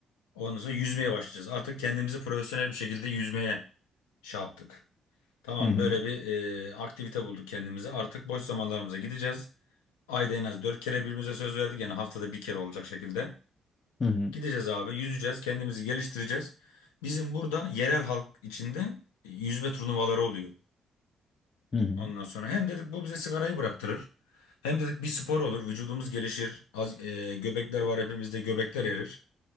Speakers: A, on the left; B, on the left.
A: Ondan sonra yüzmeye başlayacağız. Artık kendimizi profesyonel bir şekilde yüzmeye şey yaptık. Tamam
B: Hı hı.
A: böyle bir e, aktivite bulduk kendimize. Artık boş zamanlarımıza gideceğiz. Ayda en az dört kere birbirimize söz verdik. Yani haftada bir kere olacak şekilde.
B: Hı hı.
A: Gideceğiz abi, yüzeceğiz, kendimizi geliştireceğiz. Bizim burada yerel halk içinde yüzme turnuvaları oluyor.
B: Hı hı.
A: Ondan sonra hem dedik bu bize sigarayı bıraktırır. Hem dedik bir spor olur, vücudumuz gelişir. Az, e, göbekler var hepimizde, göbekler erir.